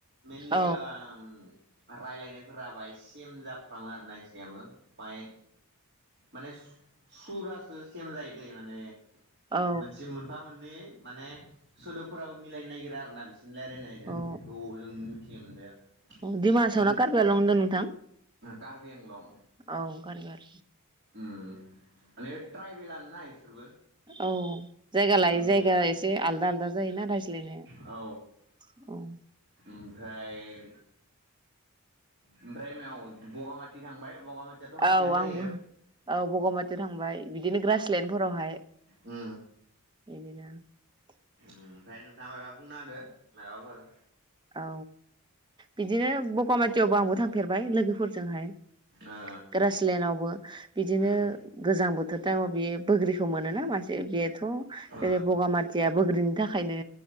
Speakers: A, on the right; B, on the right.
A: मेेनलि
B: औ
A: ओ राइलाय निफोरा बायस सिम जाफ्लाङो आरो इसिनायाबो माय माने सुरासो सेम जायो दे माने
B: औ
A: मोनसे मोनफा मोननै माने सोदोबफोराबो मिलायनो नागिरा आरोना बिसो रायलायनायजों
B: औ
A: बेखौ जों मिथिनो मोनदों
B: दिमाहासाव
A: मान
B: ना कार्बि आंलं होनदों नोंथां
A: कार्बि आंलं
B: औ गारगार
A: ओम माने ट्रायबेलानो ना इसोरबो
B: औ जायगा लायै
A: ओमफ्राय
B: जायगा एसे आलदा आलदा जायोना रायज्लायनाया
A: औ
B: औ
A: ओमफ्राय ओमफ्राय मायाव बगामाथि थांबाय बगामाथियाथ' खाथियानो
B: औ
A: जायो
B: आंबो औ बगामाथियाव थांबाय बिदिनो ग्रासलेण्डफोरावहाय
A: उम
B: बिदिनो ओ
A: ओमफ्राय नोंथाङा मायबा बुंना होदो मायाबाफोर
B: औ बिदिनो बगामाथियावबो आंबो थांफेरबाय लोगोफोर जोंहाय
A: ओ
B: ग्रासलेण्डावबो बिदिनो
A: उम
B: गोजां बोथोर टाइमाव बेयो बोग्रिखौ मोनो म <unintelligible> बेथ' जेरै
A: ओ
B: बगामाथिया बोग्रिनि थाखायनो